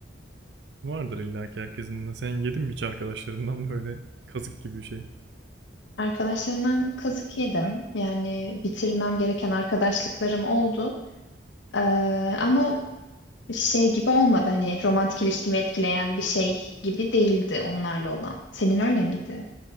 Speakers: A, on the right (about 65°); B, on the left (about 75°).
A: vardır illa ki herkesin de. Sen yedin mi hiç arkadaşlarından böyle kazık gibi bir şey?
B: Arkadaşlarımdan kazık yedim. Yani bitirmem gereken arkadaşlıklarım oldu. Ee, ama şey gibi olmadı hani romantik ilişkimi etkileyen bir şey gibi değildi onlarla olan. Senin öyle miydi?